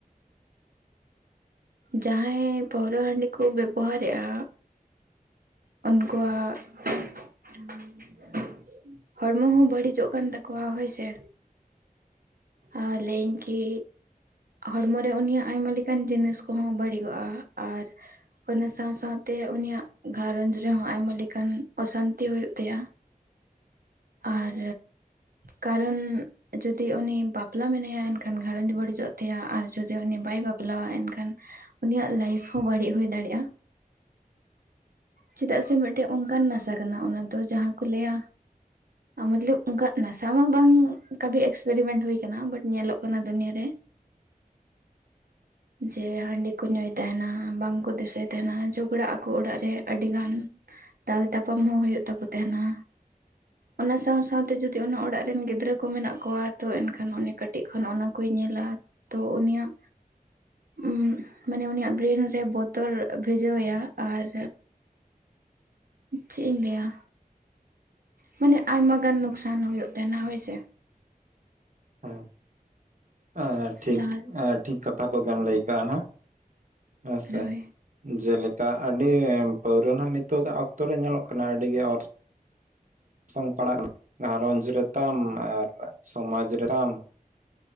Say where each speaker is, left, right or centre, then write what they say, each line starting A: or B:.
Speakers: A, on the right; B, on the right.
A: ᱡᱟᱦᱟᱸᱭ ᱯᱟᱹᱣᱨᱟᱹ ᱦᱟᱺᱰᱤ ᱠᱚ ᱵᱮᱵᱚᱦᱟᱨ ᱮᱜ-ᱟ᱾ ᱚᱱ ᱠᱩᱣᱟᱜ᱾ <unintelligible> ᱦᱚᱲᱢᱚ ᱦᱚᱸ ᱵᱟᱹᱲᱤ ᱡᱚᱜ ᱠᱟᱱ ᱛᱟᱠᱚᱣᱟ ᱦᱳᱭ ᱥᱮ᱾ ᱟᱨ ᱞᱟᱹᱭᱤᱹᱧ ᱠᱤ᱾ ᱦᱚᱲᱢᱚ ᱨᱮ ᱩᱱᱤᱭᱟᱜ ᱟᱭᱢᱟ ᱞᱮᱠᱟᱱ ᱡᱤᱱᱤᱥ ᱠᱚ ᱦᱚᱸ ᱵᱟᱹᱲᱤ ᱜᱚᱜ-ᱟ ᱟᱨ᱾ ᱚᱱᱟ ᱥᱟᱣ ᱥᱟᱣ ᱛᱮ ᱩᱱᱤᱭᱟᱜ ᱜᱷᱟᱨᱚᱸᱡᱽ ᱨᱮ ᱦᱚᱸ ᱟᱭᱢᱟ ᱞᱮᱠᱟᱱ ᱚᱥᱟᱱᱛᱤ ᱦᱳᱭᱳᱜ ᱛᱟᱭᱟ᱾ ᱟᱨ ᱠᱟᱨᱚᱱ᱾ ᱡᱩᱫᱤ ᱩᱱᱤ ᱵᱟᱯᱞᱟ ᱢᱮᱱᱟᱭᱟ ᱮᱱ ᱠᱷᱟᱱ ᱜᱷᱟᱨᱚᱸᱡᱽ ᱵᱟᱹᱲᱤ ᱡᱚᱜ ᱛᱟᱭᱟ ᱟᱨ ᱡᱩᱫᱤ ᱩᱱᱤ ᱵᱟᱭ ᱵᱟᱯᱞᱟᱣᱟ ᱮᱱ ᱠᱷᱟᱱ᱾ ᱩᱱᱤᱭᱟᱜ ᱞᱟᱭᱤᱯᱷ ᱦᱚᱸ ᱵᱟᱹᱲᱤᱜ ᱦᱳᱭ ᱫᱟᱲᱮᱜ-ᱟ᱾ ᱪᱮᱫᱟᱜ ᱥᱮ ᱢᱮᱜᱴᱮᱜ ᱚᱝᱠᱟᱱ ᱱᱟᱥᱟ ᱠᱟᱱᱟ ᱚᱱᱟ ᱫᱚ ᱡᱟᱦᱟᱸ ᱠᱚ ᱞᱟᱹᱭᱼᱟ᱾ ᱢᱟᱛᱞᱚᱵᱽ ᱚᱝᱠᱟ ᱱᱟᱥᱟ ᱢᱟ ᱵᱟᱝ ᱠᱟᱵᱤ ᱮᱠᱥᱯᱮᱨᱤᱢᱮᱱᱴ ᱦᱩᱭ ᱟᱠᱟᱱᱟ ᱵᱟᱴ ᱧᱮᱞᱚᱜ ᱠᱟᱱᱟ ᱫᱩᱱᱭᱟᱹ ᱨᱮ᱾
B: <unintelligible>
A: ᱡᱮ ᱦᱟᱺᱰᱤ ᱠᱚ ᱧᱩᱭ ᱛᱟᱦᱮᱱᱟ ᱵᱟᱝ ᱠᱚ ᱫᱤᱥᱟᱹᱭ ᱛᱟᱦᱮᱱᱟ ᱡᱷᱚᱜᱽᱲᱟᱜ ᱟᱠᱚ ᱚᱲᱟᱜ ᱨᱮ᱾ ᱟᱹᱰᱤ ᱜᱟᱱ ᱫᱟᱞ ᱛᱟᱯᱟᱢ ᱦᱚᱸ ᱦᱩᱭᱩᱜ ᱛᱟᱠᱚ ᱛᱟᱦᱮᱸᱱᱟ᱾
B: <unintelligible>
A: ᱚᱱᱟ ᱥᱟᱣ ᱥᱟᱣ ᱛᱮ ᱡᱩᱫᱤ ᱚᱱᱟ ᱚᱲᱟᱜ ᱨᱮᱱ ᱜᱤᱫᱽᱨᱟᱹ ᱠᱚ ᱢᱮᱱᱟᱜ ᱠᱚᱣᱟ ᱛᱚ ᱮᱱᱠᱷᱟᱱ ᱩᱱᱤ ᱠᱟᱹᱴᱤᱡ ᱠᱷᱚᱱ ᱚᱱᱟ ᱠᱚᱭ ᱧᱮᱞᱟ᱾ ᱛᱚ ᱩᱱᱤᱭᱟᱜ᱾ ᱩᱸ ᱢᱟᱱᱮ ᱩᱱᱤᱭᱟᱜ ᱵᱨᱮᱱ ᱨᱮ ᱵᱚᱛᱚᱨ ᱵᱷᱤᱡᱟᱹ ᱟᱭᱟ ᱟᱨ᱾ ᱪᱮᱜ ᱤᱧ ᱞᱟᱹᱭᱼᱟ᱾ ᱢᱟᱱᱮ ᱟᱭᱢᱟ ᱜᱟᱱ ᱱᱳᱠᱥᱟᱱ ᱦᱳᱭᱳᱜ ᱛᱮᱦᱮᱱᱟ ᱦᱳᱭ ᱥᱮ᱾
B: ᱩᱸ ᱮᱻ ᱴᱷᱤᱠ
A: ᱞᱟᱦᱟ
B: ᱮᱻ ᱴᱷᱤᱠ ᱠᱟᱛᱷᱟ ᱠᱚᱜᱮᱢ ᱞᱟᱹᱭ ᱠᱟᱜ-ᱟᱱ ᱦᱟᱸᱜ᱾ ᱦᱮᱸ ᱥᱮ᱾
A: ᱦᱳᱭ
B: ᱡᱮᱞᱮᱠᱟ ᱟᱹᱰᱤ ᱯᱟᱹᱣᱨᱟᱹ ᱦᱚᱸ ᱱᱤᱛᱚ ᱜᱟᱜ ᱚᱠᱛᱚ ᱨᱮ ᱧᱮᱞᱚᱜ ᱠᱟᱱᱟ ᱟᱹᱰᱤ ᱜᱮ <inaudible> ᱥᱚᱝ ᱯᱟᱲᱟᱜ <inaudible> ᱜᱷᱟᱨᱚᱸᱡᱽ ᱨᱮ ᱛᱟᱢ ᱟᱨ ᱥᱚᱢᱟᱡᱽ ᱨᱮ ᱛᱟᱢ᱾